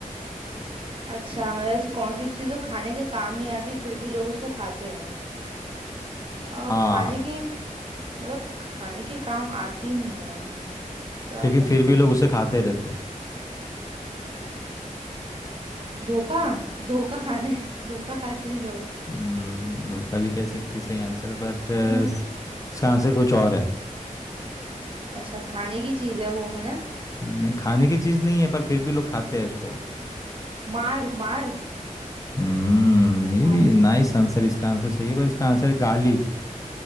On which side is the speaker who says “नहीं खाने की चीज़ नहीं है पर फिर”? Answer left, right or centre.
Left